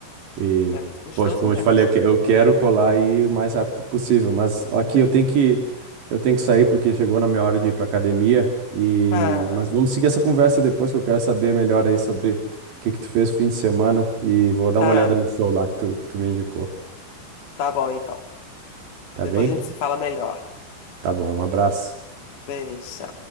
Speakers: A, on the right (about 70°); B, on the left (about 50°).
A: E,
B: É muito gostoso
A: poxa, como
B: mesmo.
A: eu te falei, eu, que- eu quero colar aí o mais rápido possível. Mas aqui eu tenho que, eu tenho que sair porque chegou na minha hora de ir pra academia. E,
B: Ah,
A: mas vamos seguir essa conversa depois que eu quero saber melhor aí sobre o que que tu fez no fim de semana. E vou dar
B: tá,
A: uma olhada no show lá que tu, que tu me indicou.
B: tá bom então.
A: Tá
B: Depois
A: bem?
B: a gente se fala melhor.
A: Tá bom. Um abraço.
B: Beijo.